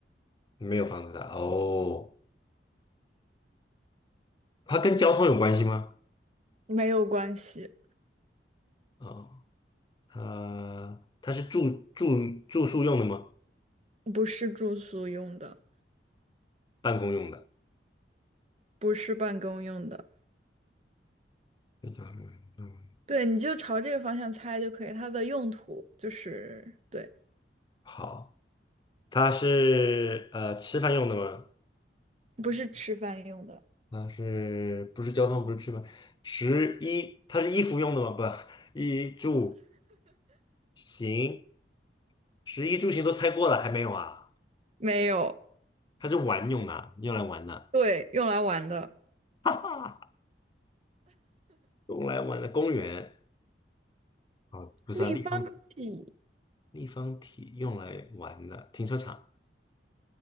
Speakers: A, on the left; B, on the right.
A: 没有房子大哦？它跟交通有关系吗？
B: 没有关系，
A: 哦，它它是住住住宿用的吗？
B: 不是住宿用的，
A: 办公用的？
B: 不是办公用的。
A: 那叫什么嗯，
B: 对，你就朝这个方向猜就可以。它的用途就是，对，
A: 好，它是呃吃饭用的吗？
B: 不是吃饭用的，
A: 那是不是交通？不是吃饭？十一，它是衣服用的吗？不，<laughs> 衣住行。十一住形都猜过了，还没有啊？
B: 没有，
A: 它是玩用的啊用来玩的，
B: 对，用来玩的
A: 哈哈，用来玩的公园哦，不是啊，
B: 立方体。
A: 立方体立方体用来玩的，停车场，